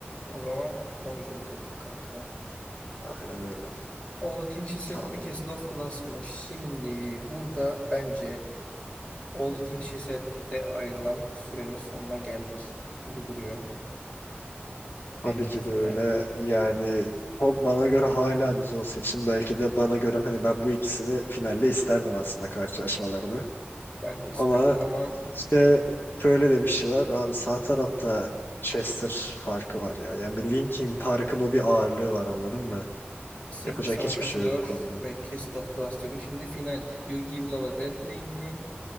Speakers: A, on the left (about 25°); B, on the left (about 55°).
A: O zaman Bon Jovi dedik kanka.
B: Aynen öyle.
A: All the Things She Said
B: Ta-
A: mi Castle of Glass mı? Şimdi burada bence All the Things She Said'de ayrılan sürenin sonuna geldik gibi duruyor benim
B: tabii ki
A: gözümde.
B: de öyle. Yani çok bana göre hala bir zor seçim. Belki de bana göre hani ben bu ikisini finalde isterdim aslında karşılaşmalarını.
A: Ben de isterdim
B: Ama
A: ama
B: işte şöyle de bir şey var. Abi sağ tarafta Chester farkı var ya. Yani bir Linkin Park'ın o bir ağırlığı var anladın mı?
A: kesinlikle
B: Yapacak
A: sana
B: hiçbir
A: katılıyor
B: şey yok bu konuda.
A: ve Castle of Glass diyordum. Şimdi final. You Give Love a Bad Name mi?